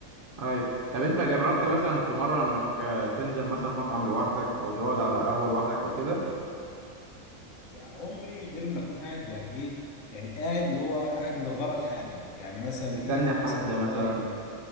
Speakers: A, on the right (about 40°); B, on the left (about 70°).
A: اي طب انت جربت
B: فاهمني
A: مثلا في مره انك آه، تنزل مثلا مطعم لوحدك او تقعد على قهوه لوحدك او كده
B: يعني عمري غير ما اكون قاعد يعني ايه يعني قاعد اللي هو قاعد لغرض حاجه يعني مثلا
A: مستني
B: ايه انا
A: حد
B: مثلا والله
A: مثلا